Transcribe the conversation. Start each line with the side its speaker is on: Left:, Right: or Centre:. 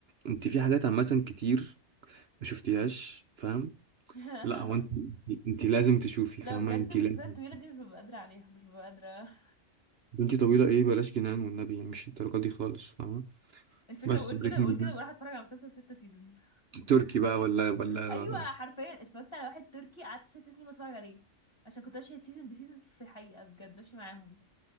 Right: انت في حاجات عامه كتير ما شفتيهاش فاهم
Left: <laughs>
Right: لا هو انت انت لازم تشوفي
Left: لو
Right: فاهمه
Left: بجد
Right: انت
Left: المسلسلات
Right: لازم
Left: الطويلة دي مش ببقى قادرة عليها مش ببقى قادرة <laughs>
Right: بنتي طويله ايه بلاش جنان والنبي يعني مش الدرجه دي خالص فاهمه
Left: الفكرة
Right: بس
Left: بقول
Right: بريكنج
Left: كده بقول كده
Right: باد
Left: بروح اتفرج على مسلسل ست سيزونز
Right: تركي بقى ولا ولا
Left: <laughs> ايوه حرفيا اتفرجت على واحد تركي قعدت ست سنين بتفرج عليه عشان كنت ماشية سيزون بسيزون في الحقيقة بجد ماشية معاهم